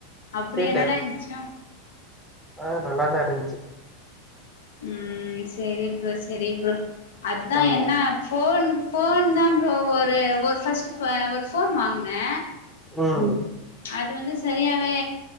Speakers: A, on the left; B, in the centre.
A: அப்டியா
B: தியேட்டர்
A: நல்லா இருந்துச்சா
B: ஆ நல்லாதா இருந்துச்சு
A: ம் சேரி ப்ரோ சேரி ப்ரோ அதா
B: ஆ
A: என்ன ஃபோனு ஃபோன்தா ப்ரோ, ஒரு ஒரு ஃபர்ஸ்ட் ஒரு ஃபோன் வாங்கின
B: உம்
A: அது வந்து சரியாவே